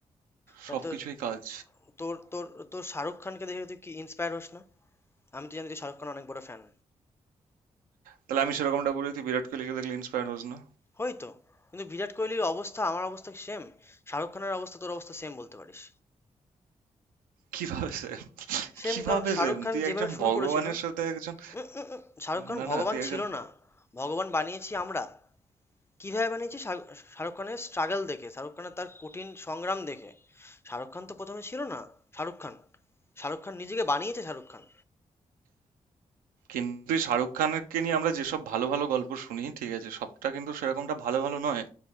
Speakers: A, on the left; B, on the right.
A: মানে
B: সবকিছুই
A: তোর
B: কাজ
A: তোর তোর তোর শাহরুখ খানকে দেখে তুই কি ইন্সপায়ার হোস না আমি তো জানি তুই শাহরুখ খান অনেক বড় ফ্যান
B: তাহলে আমি সেরকমটা বলি তুই বিরাট কোহলিকে দেখলে ইন্সপায়ার হোস না
A: হয়তো কিন্তু বিরাট কোহলির অবস্থা আমার অবস্থা সেম শাহরুখ খানের অবস্থা তোর অবস্থা সেম বলতে পারিস
B: কিভাবে সে
A: সেম
B: কিভাবে
A: কারণ শাহরুখ
B: সেম
A: খান
B: তুই
A: যেভাবে
B: একজন
A: শুরু
B: ভগবানের
A: করেছিল
B: সাথে একজন
A: উম, উম, উম, শাহরুখ খান
B: না
A: ভগবান
B: না তুই একজন
A: ছিল না ভগবান বানিয়েছি আমরা কিভাবে বানিয়েছি শাহ- শাহরুখ খানের স্ট্রাগল দেখে শাহরুখ খানের তার কঠিন সংগ্রাম দেখে শাহরুখ খান তো প্রথমে ছিল না শাহরুখ খান শাহরুখ খান নিজেকে বানিয়েছে শাহরুখ খান
B: কিন্তু তুই শাহরুখ খানকে নিয়ে আমরা যেসব ভালো ভালো গল্প শুনি ঠিক আছে সবটা কিন্তু সেরকমটা ভালো ভালো নয়